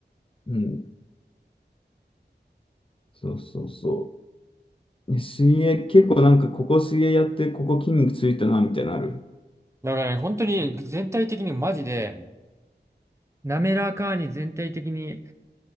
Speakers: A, on the left; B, on the right.
A: うん。そうそうそう。え水泳、結構なんかここ水泳やって、ここ筋肉ついたな、みたいなのある。
B: だからね、本当に全体的にマジで、滑らかに全体的に